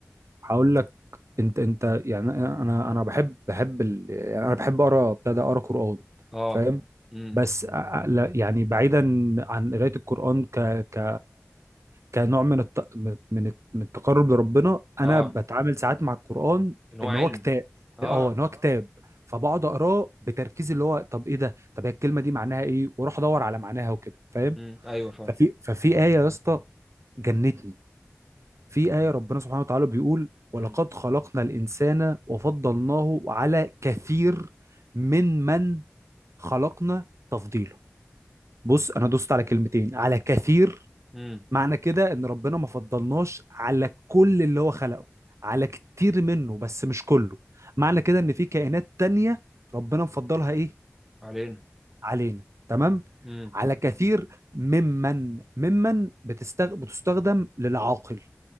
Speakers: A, on the right (about 70°); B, in the centre.
A: هقول لك انت انت يعني انا انا بحب بحب ال... يعني انا بحب اقرا ابتدى اقرا قران
B: اه
A: فاهم
B: امم
A: بس أ- أ- لا يعني بعيدا عن قرايه القران ك ك كنوع من الت... من من من التقرب لربنا انا
B: اه
A: بتعامل ساعات مع القران
B: ان هو
A: ان
B: علم
A: هو كتاب
B: اه
A: اه ان هو كتاب فبقعد اقراه بتركيز اللي هو طب ايه ده طب هي الكلمه دي معناها ايه واروح ادور على معناها وكده فاهم
B: امم ايوه فاهم
A: ففي ففي ايه يا اسطى جنتني في آية ربنا سبحانه وتعالى بيقول ولقد
B: امم
A: خلقنا الإنسان وفضلناه على كثير من من خلقنا تفضيلا بص أنا دوست على كلمتين على كثير
B: امم
A: معنى كده إن ربنا ما فضلناش على كل اللي هو خلقه على كتير منه بس مش كله معنى كده إن في كائنات تانية ربنا مفضلها إيه
B: علينا
A: علينا تمام
B: امم
A: على كثير ممن ممن بتستغ... بتستخدم للعاقل